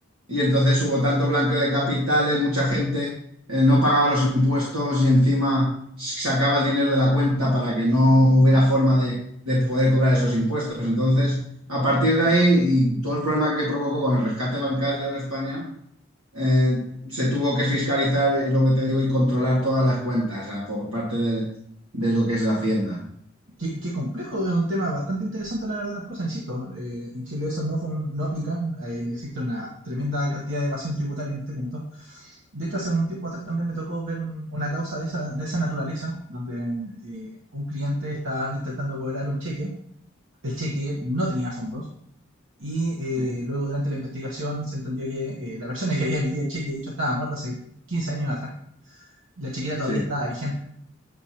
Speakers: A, on the right; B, on the right.
A: y entonces hubo tanto blanqueo de capitales, mucha gente eh, no pagaba los impuestos y encima sacaba el dinero de la cuenta para que no hubiera forma de, de poder cobrar esos impuestos. Entonces, a partir de ahí y todo el problema que provocó con el rescate bancario en España, eh, se tuvo que fiscalizar, y lo que te digo, y controlar todas las cuentas ah, por parte de, de lo que es la Hacienda.
B: Qué, qué complejo, es un tema bastante interesante, la verdad, las cosas. Insisto, eh, en Chile eso no, no aplica. eh, existe una tremenda cantidad de evasión tributaria en este punto. De hecho, hace un tiempo atrás también me tocó ver un- una causa de esa, de esa naturaleza, donde eh, un cliente estaba intentando cobrar un cheque. El cheque no tenía fondos Y eh,
A: Sí,
B: luego durante la investigación se entendió que eh, la persona que había emitido el cheque, de hecho, estaba muerta hace 15 años atrás. La chequera
A: sí.
B: todavía estaba vigente.